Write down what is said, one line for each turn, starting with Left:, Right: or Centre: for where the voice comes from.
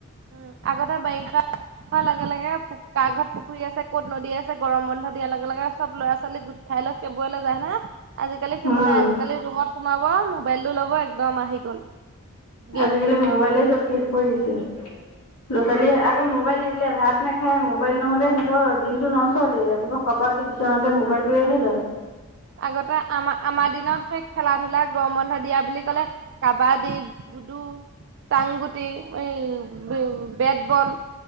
Right: উম, আগতে বাৰিষা হোৱাৰ লগে লগে কা ঘৰত পুখুৰী আছে ক'ত নদী আছে গৰম বন্ধ দিয়াৰ লগে লগে চব ল'ৰা ছোৱালী গোট খাই লৈ খেবৰলে যায় ন? আজিকালি সেইবোৰ
Left: উম
Right: নাই আজিকালি ৰুমত সোমাব মোবাইলটো ল'ব এক দম আহি গ'ল গেম।
Left: আজিকালি মোবাইলে চব শেষ কৰি দিছে। ল'ৰাৱালীয়ে আকৌ মোবাইল নিদিলে ভাত নাখায় মোবাইল নহ'লে সিহতৰ দিনতটো নচলে। ৰাতিপুৱা কপা উঠি সিহঁতে মোবাইলটোৱেহে লয়।
Right: আগতে আমাৰ আমাৰ দিনত সেই খেলা ধূলা গম বন্ধ দিয়া বুলি ক'লে কাবাডী গুডু। টাংগুটি এ-এ বেটবল।